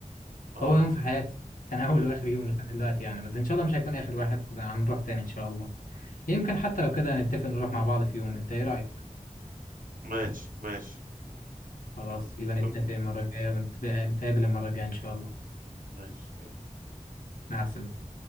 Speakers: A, on the right (about 85°); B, on the left (about 80°).
A: اه
B: هو يوم في حياتي كان اول
A: مم.
B: واخر يوم لحد دلوقتي يعني بس ان شاء الله مش هيكون اخر واحد كده هنروح تاني ان شاء الله يمكن حتى لو كده نتفق نروح مع بعض في يوم انت ايه رأيك
A: ماشي ماشي
B: خلاص
A: آه،
B: يبقى
A: ممكن
B: نتفق المرة الجاية ونتقابل المرة الجاية ان شاء الله
A: ماشي
B: مع السلامة